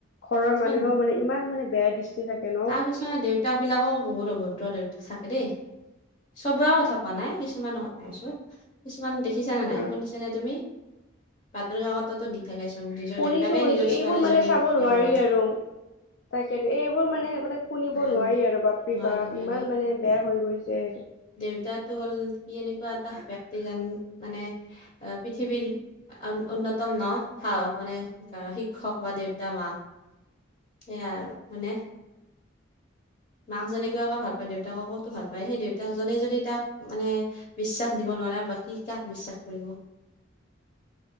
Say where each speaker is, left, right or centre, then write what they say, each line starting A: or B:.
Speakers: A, on the left; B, on the left.
A: ঘৰৰ
B: কিছুমান
A: মানুহেও মানে ইমান মানে বেয়া দৃষ্টি থাকে ন।
B: আৰু দেউতাক বিলাকো বহুত অভদ্ৰ দেউতাক থাকে দেই। চবৰে কথা কোৱা নাই কিছুমানৰ কথা কৈছো। কিছুমান দেখিছা নে নাই
A: অ
B: শুনিছানে তুমি। বাতৰি কাকততো দি থাকেচোন নিজৰ
A: শুনিছো
B: দেউতাকে
A: শুনিছো
B: নিজৰ ছোৱালীজনীক
A: এইবোৰ মানে চাব নোৱাৰি
B: হেৰি কৰে।
A: আৰু। তাকেতো এইবোৰ মানে মানে শুনিব
B: আহ,
A: নোৱাৰি আৰু বাপৰে
B: নোৱাৰি
A: বাপ
B: নোৱাৰি
A: ইমান মানে। বেয়া হৈ গৈছে।
B: দেউতাটো হ'ল কি এনেকুৱা এটা ব্যক্তি যেন মানে এ পৃথিৱীৰ অন্যতম ন সা মানে শিক্ষক বা দেউতা মা সেয়া আৰু হয়নে মাক যেনেকোৱাকে ভাল পায় দেউতাককো ভাল পায় সেই দেউতা জনে যদি তাক মানে। বিশ্বাস দিব নোৱাৰে বাকী কাক বিশ্বাস কৰিব।